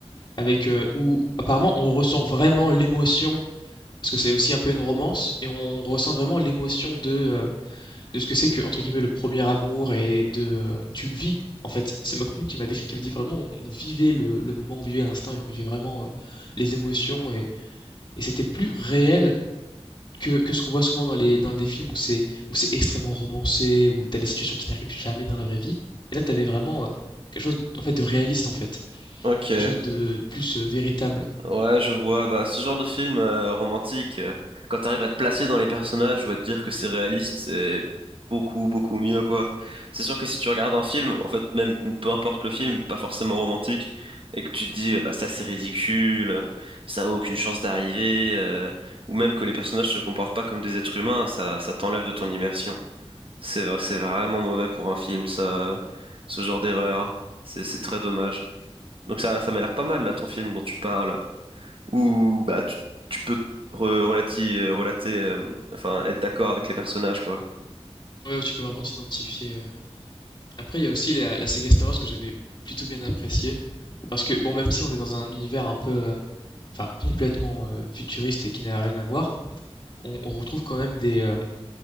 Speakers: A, on the left; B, on the right.
A: avec euh, où apparemment on ressent vraiment l'émotion, parce que c'est aussi un peu une romance, et on ressent vraiment l'émotion de euh, de ce que c'est que entre guillemets le premier amour et de euh, tu vis. En fait, c'est ma copine qui m'a décrit, qui me dit vraiment, on vivait le, le moment, on vivait l'instant, et on vivait vraiment euh, les émotions, et, et c'était plus réel que, que ce qu'on voit souvent dans les, dans des films où c'est où c'est extrêmement romancé, où t'as des situations qui n'arrivent jamais dans la vraie vie. Et là, t'avais vraiment euh, quelque chose en fait de réaliste en fait,
B: Ok.
A: quelque chose de plus euh, véritable.
B: Ouais, je vois. Bah, ce genre de film euh, romantique, euh, quand t'arrives à te placer dans les personnages ou à te dire que c'est réaliste, c'est beaucoup, beaucoup mieux, quoi. C'est sûr que si tu regardes un film, en fait, même peu importe le film, pas forcément romantique, et que tu te dis, euh, bah, ça c'est ridicule, euh, ça a aucune chance d'arriver, euh, ou même que les personnages se comportent pas comme des êtres humains, ça, ça t'enlève de ton immersion. C'est, v- c'est vraiment mauvais pour un film, ça, ce genre d'erreur. C'est, c'est très dommage. Donc ça, ça m'a l'air pas mal, là, ton film dont tu parles où bah tu, tu peux re- relati- euh, relater, euh, enfin être d'accord avec les personnages quoi.
A: Ouais, tu peux vraiment t'identifier. euh. Après, il y a aussi la, la saga Star Wars que j'avais plutôt bien appréciée. Parce que, bon, même si on est dans un univers un peu, euh, enfin, complètement euh, futuriste et qui n'a rien à voir, on, on retrouve quand même des, euh,